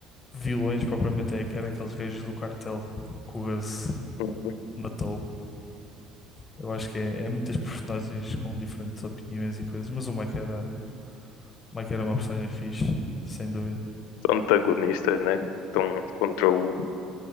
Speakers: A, on the left (about 25°); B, on the left (about 85°).
A: vilões propriamente é, era aqueles gajos do cartel que o Gus
B: Uhum.
A: matou. Eu acho que é, é muitas personagens com diferentes opiniões e coisas, mas o Mike era, o Mike era uma personagem fixe, sem dúvida.
B: São antagonistas, né? Estão contra o,